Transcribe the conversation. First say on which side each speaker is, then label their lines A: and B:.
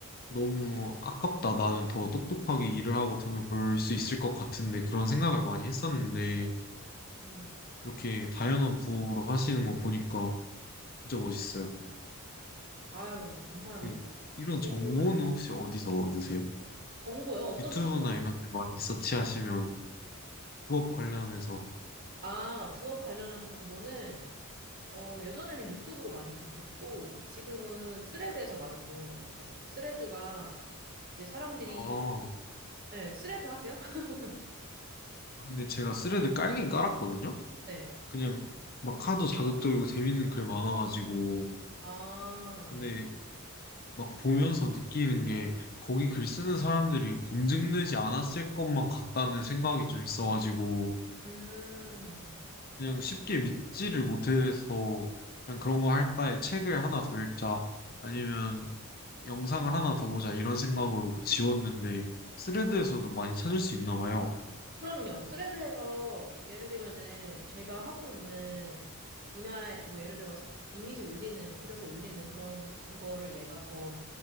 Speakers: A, on the left; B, on the right.
A: 너무 아깝다. 나는 더 똑똑하게 일을 하고 돈을 벌 수 있을 것 같은데 그런 생각을 많이 했었는데
B: 음.
A: 이렇게 다양한 부업으로 하시는 거 보니까 진짜 멋있어요.
B: 아유, 감사합니다.
A: 그 이런
B: 어,
A: 정보는
B: 음.
A: 혹시 어디서 얻으세요?
B: 정보요? 어떤
A: 유튜브나
B: 정보요?
A: 이런 데 많이 서치하시면 부업 관련해서
B: 아, 부업 관련한 정보는 어, 예전에는 유튜브로 많이 접했고 지금은 스레드에서 많이 보는 것 같아요. 스레드가 이제 사람들이
A: 아
B: 네, 스레드 하세요? <laughs>
A: 근데 제가 스레드 깔긴 깔았거든요.
B: 네.
A: 그냥 막 하도 자극적이고 재밌는 글 많아가지고
B: 아,
A: 근데 막 보면서 느끼는 게 거기 글 쓰는 사람들이 검증되지 않았을 것만 같다는 생각이 좀 있어가지고
B: 음,
A: 그냥 쉽게 믿지를 못해서 그냥 그런 거 할 바에 책을 하나 더 읽자 아니면 영상을 하나 더 보자 이런 생각으로 지웠는데 스레드에서도
B: 음.
A: 많이 찾을 수 있나 봐요.
B: 그럼요. 스레드에서 예를 들면은 제가 하고 있는 분야에 뭐 예를 들어 이미지 올리는 그래서 올리는 그런 거를 내가 더